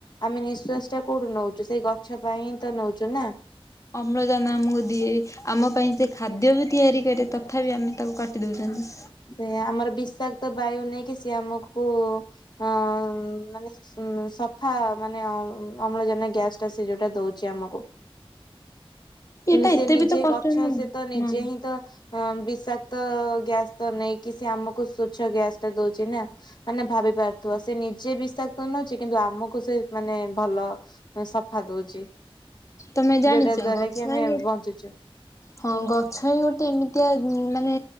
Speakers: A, on the left; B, on the left.
A: ଆମେ ନିଶ୍ଵାସ ଟା କୋଉଠୁ ନଉଚୁ ସେଇ ଗ ଛ ପାଇଁ <unintelligible> ତ ନଉଚୁ ନା।
B: ଅମ୍ଳଜାନ ଆମକୁ ଦିଏ ଆମ ପାଇଁ ସେ ଖାଦ୍ୟ ବି ତିଆରି କରେ ତଥାପି ଆମେ ତାକୁ କାଟି ଦଉଚନ୍ତି।
A: ସେ ଆମର ବିଷାକ୍ତ ବାୟୁ ନେଇକି ସେ ଆମକୁ-ଉ ହଁ-ଅ-ଅ ମାନେ ଉ ସଫା ମାନେ ଅମ୍-ଅମ୍ଳଜାନ ଗ୍ୟାସ୍ ଟା ସେ ଯୋଉଟା ଦଉଛି ଆମକୁ। କିନ୍ତୁ
B: ଏଇଟା
A: ସେ
B: ଏତେ
A: ନିଜେ
B: ବି ତ କଷ୍ଟ
A: ଗଛ
B: ନୁହଁ
A: ସେତ ନିଜେ
B: ହଁ
A: ହିଁ ତ ହଁ ବିଷାକ୍ତ ଗ୍ୟାସ୍ ତ ନେଇକି ସେ ଆମକୁ ସ୍ଵଚ୍ଛ ଗ୍ୟାସ୍ ଟା ଦଉଛି ନା। ମାନେ ଭାବି ପାରୁଥିବ, ସେ ନିଜେ ବିଷାକ୍ତ ନଉଛି କିନ୍ତୁ ଆମକୁ ସେ ମାନେ ଭଲ। ସଫା ଦଉଛି।
B: ତମେ ଜାଣିଛ
A: ଯୋଉଟା ଦ୍ଵାରା
B: ଗଛ
A: କି ଆମେ
B: ହିଁ
A: ବଞ୍ଚୁଛୁ।
B: ହଁ ଗଛ ହିଁ ଗୋଟେ ଏମିତିଆ ମାନେ